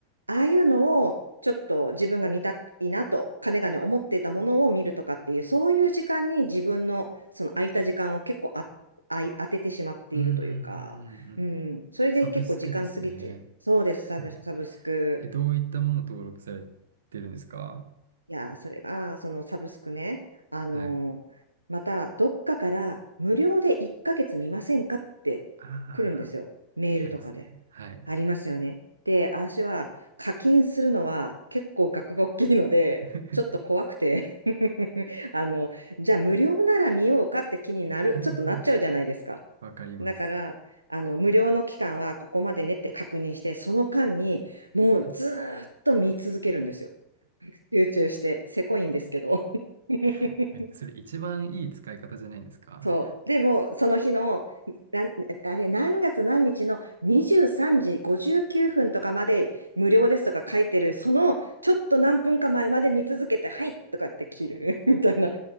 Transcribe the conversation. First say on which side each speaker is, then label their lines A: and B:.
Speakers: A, on the right; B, on the right.
A: ああいうのをちょっと自分が見たいなと、かねがね思っていたものを見るとかっていう、そういう時間に自分のその空いた時間を結構あ、あい、当ててしまっているというか、
B: うんうんうんうんうん。
A: うん、それで結構時間過ぎて、
B: サブスクですね。
A: そうです、
B: <laughs>
A: サブ、サブスク。
B: え、どういったもの登録されてるんですか
A: いや、それが、そのサブスクね、あのーまた、
B: はい。
A: どっかから無料で1ヶ月見ませんかって来るんですよ。
B: ああ、
A: メールとかで。
B: ありますね。はい。
A: ありますよね。で、私は課金するのは結構額が大きいので、
B: <laughs>
A: ちょっと怖くて <laughs> あの、じゃあ無料なら見ようかって気になる、
B: うんうん
A: ちょっとなっちゃうじゃないですか。
B: わかります。
A: だから、あの、無料の期間はここまでねって確認して、その間にもうずーっと見続けるんですよ。
B: はい
A: 集中して、せこいんですけど。<laughs>
B: <laughs> めっそれ一番いい使い方じゃないですか
A: そう。でも、その日の、なん、あれ、何月何日の23時59分とかまで無料ですとか書いてる、そのちょっと何分か前まで見続けて、はいとかって切る <laughs> みたいな。